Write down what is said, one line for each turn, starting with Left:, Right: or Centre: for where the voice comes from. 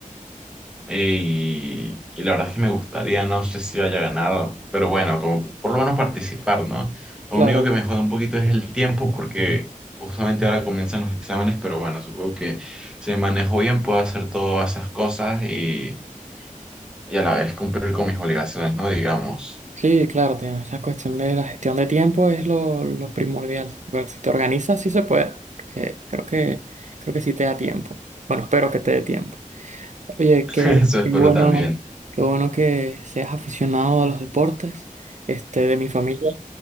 Centre: y, y la verdad es que me gustaría, no sé si haya ganado, pero bueno, como, por lo menos participar, ¿no?
Right: claro,
Centre: Lo único que me jode un poquito es el tiempo porque justamente ahora comienzan los exámenes, pero bueno, supongo que si me manejo bien puedo hacer todas esas cosas y, y a la vez cumplir con mis obligaciones, ¿no? Digamos,
Right: sí, claro, tienes la cuestión de la gestión de tiempo es lo, lo primordial. Igual, si te organizas, sí se puede. que creo que, creo que sí te da tiempo. Bueno, espero que te dé tiempo. Oye,
Centre: <laughs>
Right: qué,
Centre: eso espero
Right: qué bueno,
Centre: también.
Right: qué bueno que seas aficionado a los deportes, este, de mi familia.